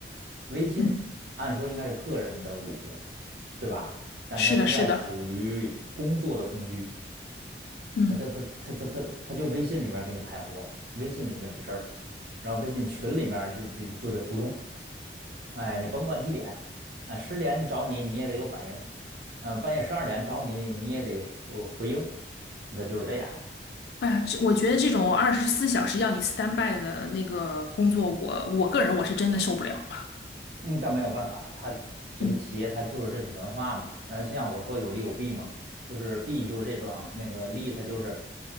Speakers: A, on the right; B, on the left.
A: 微信按说应该是个人的物品，
B: 嗯，
A: 对吧？但是它现在属于工作的工具，
B: 是的，是的，嗯，
A: 他他他他他他他就微信里面给你派活儿微信里问你事儿，然后微信群里面就就就得互动，哎，你甭管几点，哎，十点你找你你也得有反应，嗯，半夜十二点找你你也得回回应，那就是这样。
B: 哎呀，这我觉得这种二十四小时要你 stand by 的那个工作，我我个人我是真的受不了。
A: 嗯，但没有办法，它这个企业它就是这种文化嘛。
B: 嗯
A: 呃，就像我说有利有弊嘛，就是弊就是这种，那个利它就是，